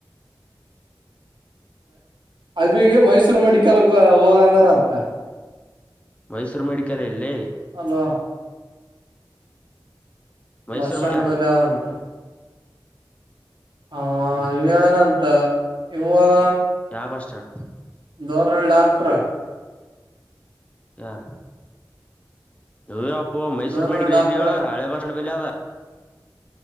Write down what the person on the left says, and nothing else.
ಮೈಸೂರು ಮೆಡಿಕಲ್ ಎಲ್ಲಿ
ಮೈಸೂರ್
ಯಾರ್ದ
ಯಾವ ಬಸ್ ನಿಲ್ದಾಣ
ಯಾರ ಇ ಮೈಸೂರು
ಮೆಡಿಕಲ
ಇಲ್ಲಿಳ ಹಳೆಪಾಷ ಪದ